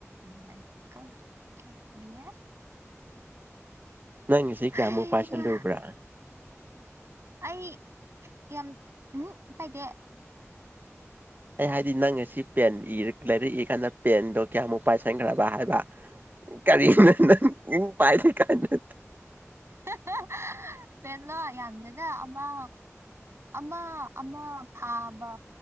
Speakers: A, on the right; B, on the right.
A: ꯌꯥꯏꯀꯣ <unintelligible> ꯌꯥꯏ
B: ꯅꯪ ꯉꯁꯤ
A: ꯍꯩꯌꯥ
B: ꯀꯌꯥꯃꯨꯛ ꯄꯥꯏꯁꯜꯂꯨꯕ꯭ꯔꯥ
A: ꯑꯩ ꯌꯥꯝ ꯍꯝ ꯄꯥꯏꯗꯦ
B: ꯑꯩ ꯍꯥꯏꯗꯤ ꯅꯪ ꯉꯁꯤ ꯄꯦꯟ ꯏꯔꯥ ꯂꯥꯏꯔꯤꯛ ꯏꯔꯀꯥꯟꯗ ꯄꯦꯟꯗꯣ ꯀꯌꯥꯃꯨꯛ ꯄꯥꯏꯁꯟꯈ꯭ꯔꯕ ꯍꯥꯏꯕ ꯀꯔꯤꯅꯣ ꯅꯪ ꯎꯝ ꯄꯥꯏꯗꯦ ꯀꯥꯏꯅ
A: ꯍꯥ ꯄꯦꯟꯂꯣ ꯌꯥꯝꯗꯦꯗꯥ ꯑꯃ ꯑꯃ ꯑꯃ ꯐꯥꯕ